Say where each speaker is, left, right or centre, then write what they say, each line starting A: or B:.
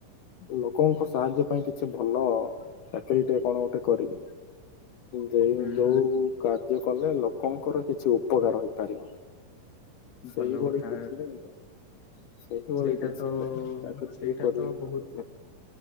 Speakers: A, on the left; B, on the left.
A: ଲୋକଙ୍କ ସାହାଯ୍ୟ ପାଇଁ କିଛି ଭଲ ଚାକିରୀ ଟେ କଣ ଗୋଟେ କରିବି। ଯେ
B: ହୁଁ
A: ଯୋଉ କାର୍ଯ୍ୟ କଲେ ଲୋକଙ୍କର କିଛି ଉପକାର ହେଇପାରିବ‌। ସେଇ
B: ଭଲ
A: ବଡ଼ି
B: କଥା
A: କିଛି <unintelligible> ସେଇ ଭଳି
B: ସେଇଟା
A: କିଛି
B: ତ
A: ଚାକରୀ
B: ସେଇଟା
A: ଟିଏ କରିବି
B: ତ ବହୁତ
A: ଭାବୁଚି